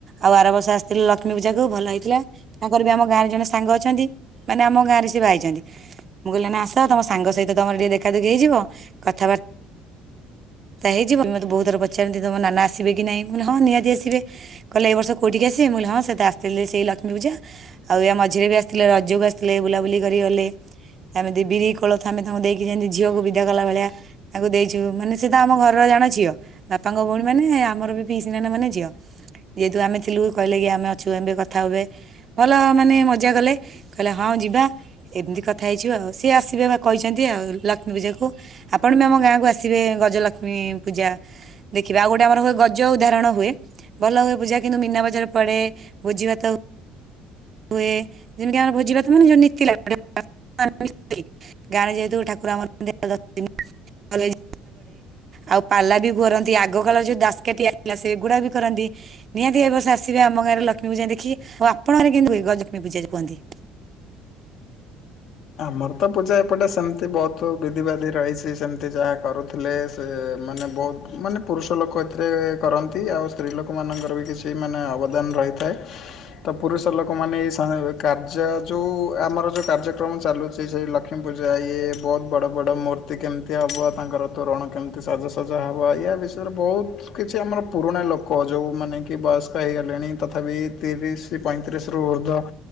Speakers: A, on the right; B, on the left.
A: ଆଉ ଆର ବର୍ଷ ଆସିଥିଲେ ଲକ୍ଷ୍ମୀ ପୂଜା କୁ ଭଲ ହେଇଥିଲା ତାଙ୍କର ବି ଆମ ଗାଁ ରେ ଜଣେ ସାଙ୍ଗ ଅଛନ୍ତି। ମାନେ ଆମ ଗାଁ ରେ ସେ ବାହା ହେଇଚନ୍ତି। ମୁଁ କହିଲି ନା ଆସ ତମ ସାଙ୍ଗ ସହିତ ତମର ଟିକେ ଦେଖାଦୁଖି ହେଇଯିବ କଥାବାର୍ ତା ହେଇଯିବ ମତେ ବହୁତଥର ପଚାରନ୍ତି ତମ ନାନା ଆସିବେ କି ନାହିଁ ମୁଁ କହିଲି ହଁ ନିହାତି ଆସିବେ। କହିଲେ ଏଇ ବର୍ଷ କଉଠି କି ଆସିବେ ମୁଁକହିଲି ଆସିଥିଲେ ସେଇ ଲକ୍ଷ୍ମୀ ପୂଜା। ଆଉ ଏୟା ମଝିରେ ବି ଆସିଥିଲେ ରଜକୁ ଆସିଥିଲେ ବୁଲାବୁଲି କରି ଗଲେ। ଏମିତି ବିରି କୋଳଥ ଆମେ ତାଙ୍କୁ ଦେଇକି ଯେମିତି ଝିଅକୁ ବିଦା କଲା ଭଳିଆ। ତାଙ୍କୁ ଦେଇଛୁ ମାନେ ସେତ ଆମ ଘରର ଜଣେ ଝିଅ। ବାପାଙ୍କ ଭଉଣୀ ମାନେ ଆମର ବିି ପିଇସୀ ନାନି ମାନେ ଝିଅ। ଯେହେତୁ ଆମେ ଥିଲୁ କହିଲେ କି ଆମେ ଅଛୁ ଏବେ କଥା ହୁବେ। ଭଲ ମାନେ ମଜା କଲେ କହିଲେ ହଁ ଯିବା ଏମ୍ତି କ ଥା ହେଇଚୁ ଆଉ ସିଏ ଆସିବେ ବା କହିଛନ୍ତି ଆଉ ଲକ୍ଷ୍ମୀ ପୂଜାକୁ। ଆପଣ ବି ଆମ ଗାଁକୁ ଆସିବେ ଗଜଲକ୍ଷ୍ମୀ ପୂଜା। ଦେଖିବେ ଆଉ ଗୋଟେ ଆମର ହୁଏ ଗଜ ଉଦାହରଣ ହୁଏ। ଭଲ ହୁଏ ପୂଜା କିନ୍ତୁ ମିନା ବଜାର ପଡେ ଭୋଜୀ ଭାତ ହୁଏ ଯେମ୍ତି ଆମର ଭୋଜୀ ଭାତ ହୁଏନି ଯୋଉ ନୀତି ଲାଗେ। <unintelligible> ଗାଁ ରେ ଯେହେତୁ ଠାକୁର ଆମର। <unintelligible> ଆଉ ପାଲା ବି କରନ୍ତି। ଆଗକାଳ ଯୋଉ ଦାସ୍କାଟିଆ ଥିଲା ସେଗୁଡା ବି କରନ୍ତି। ନିହାତି ଏ ବର୍ଷ ଆସିବେ ଆମ ଗାଁରେ ଲକ୍ଷ୍ମୀ ପୂଯା ଦେଖି। ଆଉ ଆପଣଙ୍କ ଗାଁରେ କେମିତି ଗଜଲକ୍ଷ୍ମୀ ପୂଜା ଯୋଉ କୁହନ୍ତି।
B: ଆମର ତ ପୂଜା ଏପଟେ ସେମ୍ତି ବହୁତ୍ ବିଧିବାଧି ରହିଛି। ସେମ୍ତି ଯାହା କରୁଥିଲେ ମାନେ ବହୁତ୍ ମାନେ ପୁରୁଷ ଲୋକ ଏଥିରେ କରନ୍ତି ଆଉ ସ୍ତ୍ରୀ ଲୋକମାନଙ୍କର ବି କିଛି ମାନେ ଅବଦାନ ରହିଥାଏ। ତ ପୁରୁଷ ଲୋକ ମାନେ ଏଇ ସ କାର୍ଯ୍ୟ ଯୋଉ ଆମର ଯୋଉ କାର୍ଯ୍ୟ କ୍ରମ ଚାଲୁଛି ସେଇ ଲକ୍ଷ୍ମୀ ପୂଜା ଇଏ ବହୁତ୍ ବଡ ବଡ ମୂର୍ତ୍ତି କେମ୍ତି ହବ। ତାଙ୍କର ତୋରଣ କେମ୍ ଏତେ ସଜାସଜା ହବ ୟା ବିଷୟରେ ବହୁତ୍ କିଛି ଆମର ପୁରୁଣା ଲୋକ ଯୋଉମାନୋନେ କି ବୟସ୍କ ହେଇଗଲେଣି ତଥାପି ତିରିଶ୍ ପଇଁତିରିଶ୍ ରୁ ଉର୍ଦ୍ଧ୍ୱ